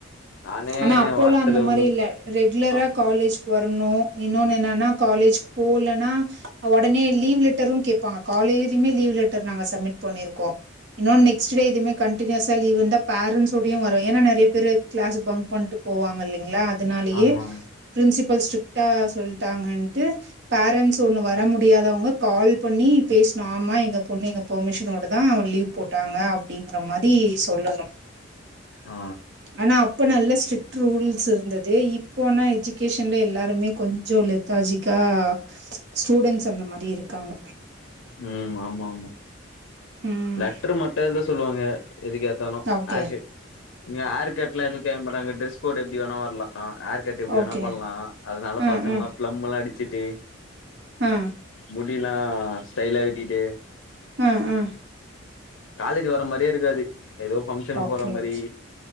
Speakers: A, on the left; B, on the right.
A: நானே
B: ஆனா அப்போல்லா
A: வாரத்துல
B: அந்த மாரி
A: முன்
B: இல்ல ரெகுலரா
A: ஆ
B: காலேஜ்க்கு வரணு இன்னொன்னு
A: ம்
B: என்னனா காலேஜ் போலன்னா ஒடனே லீவ் லெட்டரு கேப்பாங்க காலேஜ்லயுமே லீவ் லெட்டர் நாங்க சப்மிட் பண்ணிருக்கோ இன்னோனு நெக்ஸ்ட் டே இது மா கன்டினியூஸா லீவ் வந்தா பேரன்ட்ஸோடயு வரு ஏனா நெறய பேர் கிளாஸ் பங்க் பண்ட்டு போவாங்க இல்லைங்ளா அதனாலயே
A: ஆமா ஆமா
B: பிரின்சிபல் ஸ்ட்ரிக்டா சொல் ட்டாங்கட்டு பேரன்ட்ஸ் ஒண்ணு வ வர முடியாதவங்க கால் பண்ணி பேசனு ஆமா எங்க பொண்ணு எங்க பெர்மிஷனோடதா லீவ் போட்டாங்க அப்டிங்கற மாரி சொல்லனு
A: ஆ
B: ஆனா அப்ப நல்ல ஸ்ட்ரிக்ட் ரூல்ஸ் இருந்தது இப்போ ஆனா எஜுகேஷன்ல எல்லாருமே கொஞ்சோ லெத்தா ஜிக்கா ஸ்டூடென்ஸ் அந்த மாரி இருக்காங்க
A: ம் ஆமா ஆமா
B: ம்.
A: லெட்டரு மட்டு எதோ சொல்லுவாங்க எதுக்கு எத்தாலு
B: ஓகே.
A: ஆர்கெட் இங்க ஆர்கெட்ல்லா எது கேக்க மாட்டாங்க டிரெஸ் கோடு் எப்டி வேணா வரலா ஆ ஹேர் கட் எப்டி
B: ஓகே.
A: வேணா பண்லா அதனால
B: அ,
A: பசங்க
B: அ,
A: எல்லா பிளம் எல்லா அடிச்சிட்டு
B: அ,
A: முடியெல்லா ஸ்டைலா வெட்டிட்டு
B: ம் ஹும்
A: காலேஜ் வர மாரியே இருக்காது ஏதோ பங்க்ஷனுக்கு
B: ஓகே,
A: போற மாரி
B: ஓகே.